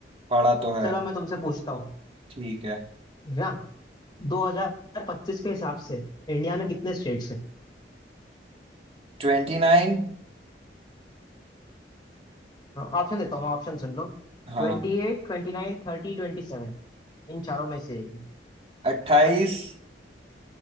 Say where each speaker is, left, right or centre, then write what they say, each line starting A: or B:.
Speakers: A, on the right; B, on the left.
A: पढ़ा तो है
B: चलो मैं तुमसे पूछता हूँ
A: ठीक है
B: है ना 2025 के हिसाब से इंडिया में कितने स्टेट्स हैं
A: Twenty nine
B: ऑप्शन देता हूँ मैं ऑप्शन सुन लो
A: हाँ
B: Twenty eight twenty nine thirty twenty seven इन चारों में से एक है।
A: अट्ठाईस